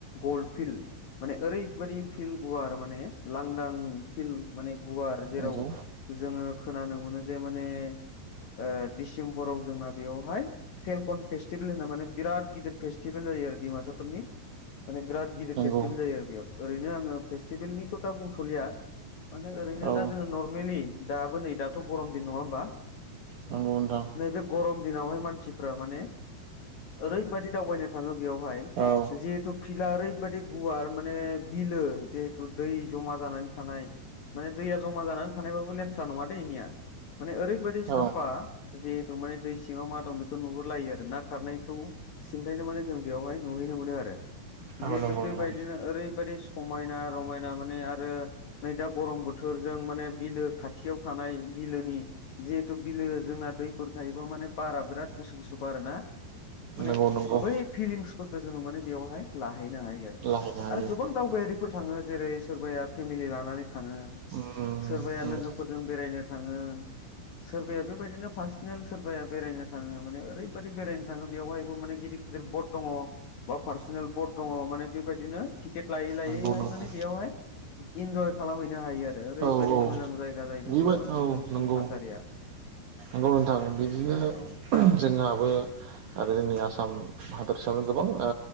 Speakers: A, on the left; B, on the right.
A: गल फिल्ड माने ओरै बायदि फिल्ड गुवार माने लांदां फिल्ड माने गुवार जेराव
B: नंगौ
A: जोङो खोनानो मोनो जे माने ओ डिसेम्बराव जोंना बेयावहाय फेलकन फेस्टिभेल होनना माने बिराद गिदिर फेस्टिभेल जायो आरो दिमासाफोरनि माने बिराद गिदिर
B: नंगौ
A: फेस्टिभेल जायो आरो बेयाव ओरैनो आङो फेस्टिभेलनि खोथा बुंथ'लिया माने ओरैनो
B: औ
A: दा जोङो नर्मेलि दाबो नै दाथ' गरम दिन नङा होमबा
B: नोंगौ नोंथां
A: नैबे गरम दिनावहाय मानसिफ्रा माने ओरैबादि दावबायनो थाङो बेयावहाय
B: औ
A: जिहेतु फिला ओरैबादि गुवार माने बिलो जिहेथु दै जमा जानानै थानाय माने दैया जमा जानानै थानायबाबो लेथ्रा नङा दैे इनिया माने ओरैबायाददि साफा
B: औ
A: जिहेथु माने दै सिङाव मा दं बेखौ नुहुरलायो आरो ना खारनायखौ सिन्थायनो माने जों बेवहाय नुहैनो मोनो आरो
B: नंगौ
A: जिहेथु बेबायदिनो
B: नोंथां
A: ओरैबायदि समायना रमायना माने आरो नै दा गरम बोथोरजों माने बिलो खाथियाव थानाय बिलोनि जिहेथु बिलो जोंना दैफोर थायोबा माने बारा बिराद गुसु गुसु बारोना माने
B: नंगौ नंगौ
A: बै फिलिंसफोरखौ जोङो माने बेवहाय लाहैनो हायो आरो
B: लाहैनो हायो
A: आरो गोबां दावबायारिफोर थाङो जेरै सोरबाया फेमिलि लानानै थाङो
B: उम
A: सोरबाया
B: उम
A: लोगोफोरजों बेरायनो थाङो सोरबाया बेबायदिनो पार्सनेल सोरबाया बेरायनो थाङो माने ओरैबायादि बेरायनो थाङो बेवहायबो माने गिदिर दिर बट दङ बा पार्सनेल बट दङ माने बेबायदिनो टि केट लायै लायैहाय
B: नंगौ नंगौ
A: माने बेयावहाय इन्जय खालामहैनो हायोआरो ओरैबायाददि
B: औ औ
A: मोजां जायगा जाहैदों
B: बेबो
A: बेवहाय माने
B: औ
A: गुसु
B: नंगौ
A: थासारिया <inaudible>
B: नंगौ नोंथांं बिदिनो
A: औ
B: जोंहाबो आरो जोंनि आसाम हादरसायावनो गोबां ओ